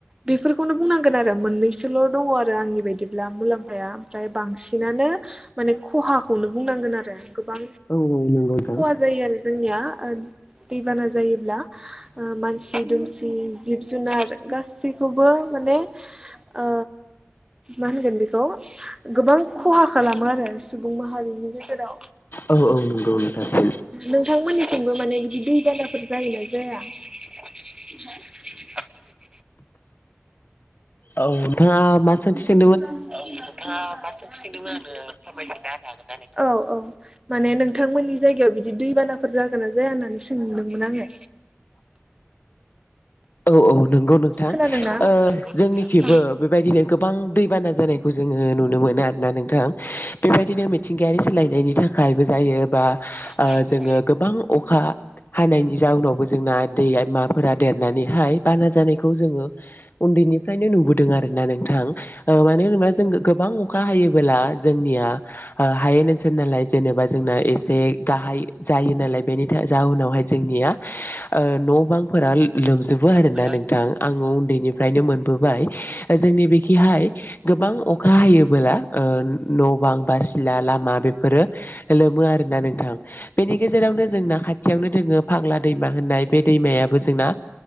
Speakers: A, on the right; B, on the left.
A: बेफोरखौ बेखौनो बुंनांगोन आरो मोननैसोल' दङ आरो आंनि बायदिब्ला मुलाम्फाया ओमफ्राय बांसिनानो माने खहाखौनो बुंनांगोन आरो गोबां
B: औ औ नंगौ नोंथां
A: खहा जायो आरो जोंनिया दैबाना जायोब्ला मानसि दुमसि जिब जुनार गासैखौबो माने ओ मा होनगोन बेखौ गोबां खहा खालामो आरो सुबुं माहारिनि फोराव
B: औ औ नंगौ नोंथां।
A: नोंथांमोननिथिंबो माने बिदि दै बानाफोर जायोना जाया? <unintelligible>
B: औ नोंथाङा मा सोंथि सों
A: औ नोंथांआ मा सोंथि सोंदोंमोन आंनो फोरमाय फिन्नाय औ औ माने नोंथांमोननि जायगायाव बिदि दैबानाफोर जागोन ना जाया होननानै सोंदोंमोन। आङो
B: <inaudible> औ औ नंगौ नोंथां
A: खोनादोंना
B: ओ जोंनिखेबो
A: औ
B: बेबायदिनो गोबां दैबाना जानायखौ जो जोङो नुनो मोनो आरोना नोंथां बेबायदिनो मिथिंगायारि सोलायनायनि थाखायबो जायो बा
A: औ
B: ओ जोङो गोबां अखा हानायनि जाउनावबो जोंना दै माफोरा देरनानै हाय बाना जानायखौ जोङो उन्दैनिफ्रायनो नुबोदों आरोना नोंथां मानो होनोबा जों गोबां अखा हायोला जोंनिया हायेन ओनसोल नालाय जेनेबा जोंना एसे गा गाहाय जायोनालाय बेनि था जाउनावहाय जोंनिया ओ न'बां फोरा लो लोमजा
A: औ
B: ना नोंथां आङो उन्दैनिफ्रायनो मोन बोबाय जोंनि बिखिहाय गोबां अखा हायो ओ न' बां बा सिला लामा बेफोरो लोमो आरोना नोंथां बेनि गेजेरावनो जोंना खाथियावनो दोङो फाग्ला दैमा होननाय बे दैमायाबो जोंना